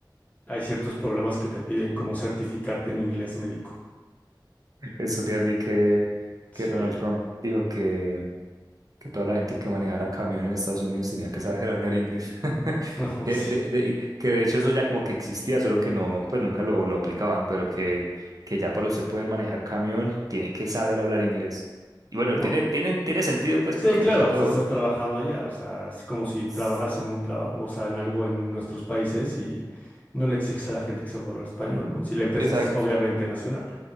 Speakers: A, on the left (about 20°); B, on the right (about 50°).
A: hay ciertos programas que te piden como certificarte en inglés médico.
B: Estos días vi que,
A: Sí.
B: que Donald Trump dijo que, que toda la gente que manejara camión en Estados Unidos tenía que saber hablar inglés. <laughs>
A: No,
B: Que
A: <laughs> sí.
B: de, de- que de hecho eso ya como que existía, solo que no, pues nunca lo, lo aplicaban, pero que, que ya para usted poder manejar camión tiene que saber hablar inglés. Y bueno,
A: No.
B: tiene, tiene, tiene sentido pues
A: Sí,
B: porque
A: claro,
B: de pronto...
A: pues estás trabajando allá, o sea, es como si trabajas
B: S-
A: en un trabajo, o sea, en algo en nuestros países y no le exiges a la gente que sepa hablar español, ¿no? Si la empresa
B: Exacto,
A: es obviamente nacional.